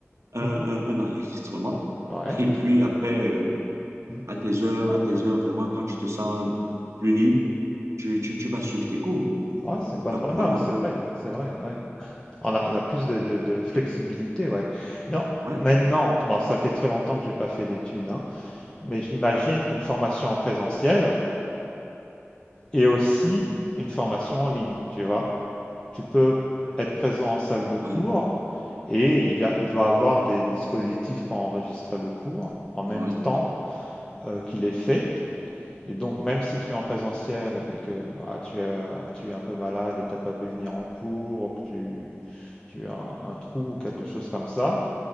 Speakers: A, on the right; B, on the left.
A: un,
B: Mhm.
A: un- un enregistrement
B: Ouais.
A: et puis après, euh,
B: Mhm.
A: à tes heures, à tes heures, vraiment, quand tu te sens plus libre, tu, tu, tu vas suivre tes cours.
B: Ouais, c'est une bonne
A: Donc
B: remarque,
A: voilà un
B: c'est
A: peu.
B: vrai, c'est vrai, ouais. On a, on a plus de, de- de flexibilité, ouais. Mais en-
A: Ouais.
B: maintenant, bon, ça fait très longtemps que j'ai pas fait d'études, hein, mais j'imagine
A: Mhm.
B: qu'une formation en présentiel est aussi une formation en ligne, tu vois. Tu peux être présent en salle de cours
A: Ouais.
B: et il y a- il doit avoir des dispositifs pour enregistrer le cours en même
A: Ouais.
B: temps euh, qu'il est fait. Et donc, même si tu es en présentiel et que ah, tu, as- tu es un peu malade et tu n'as pas pu venir en cours, ou que tu, tu as un, un trou ou quelque chose comme ça,